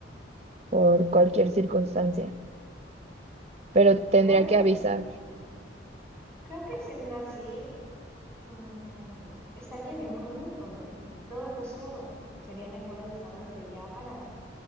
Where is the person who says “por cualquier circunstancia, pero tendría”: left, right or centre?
Right